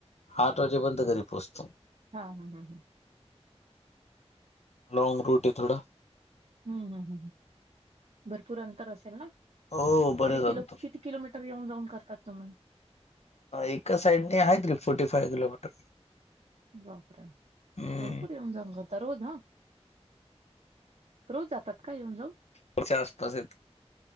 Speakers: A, on the left (about 75°); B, on the right (about 70°).
A: आठ वाजेपर्यंत घरी पोहोचतो.
B: हा हा हा हा.
A: लँग रूट आहे थोडा.
B: हम् हम हम्, भरपूर अंतर असेल ना?
A: हो बरेच
B: तरी किलो
A: अंतर
B: किती किलोमीटर येऊन जाऊन करतात तुम्ही.
A: एका साइडने आहे त फोर्टी फायव्ह किलोमीटर.
B: बपरे
A: हम्म
B: भरपूर येऊन जाऊ करता रोज हा. रोज जातात का येऊन जाऊन.
A: त्याच्या आसपास येत